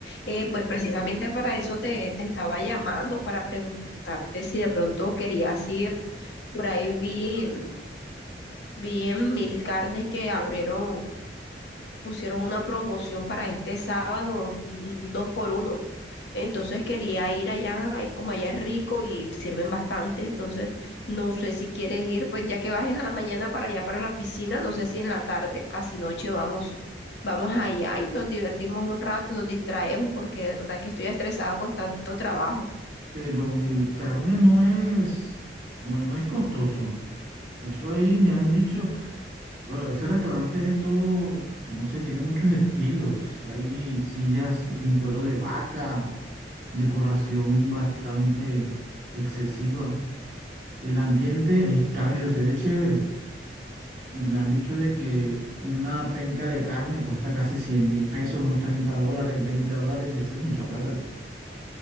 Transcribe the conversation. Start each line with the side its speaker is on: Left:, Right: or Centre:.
Left: Eh, pues precisamente para eso te, te estaba llamando, para preguntarte si de pronto querías ir. Por ahí vi, vi en Mil Carnes que abrieron, pusieron una promoción para este sábado, un dos por uno. Entonces quería ir allá, eh, como allá es rico y sirven bastante, entonces no sé si quieres ir, pues ya que vas en la mañana para allá para la piscina, no sé si en la tarde, casi noche vamos, vamos allá y nos divertimos un rato, nos distraemos porque de verdad que estoy estresada con tanto trabajo.
Right: Pero el carne no es, no, no es costoso. Eso ahí me han dicho, bueno, ese restaurante es todo, no sé, tiene muchos estilos. Hay sillas en cuero de vaca, decoración bastante excesiva. El ambiente es cálido, se ve chévere. Me han dicho de que una penca de carne cuesta casi cien mil pesos, unos 30 dólares, 20 dólares, y eso es mucha plata.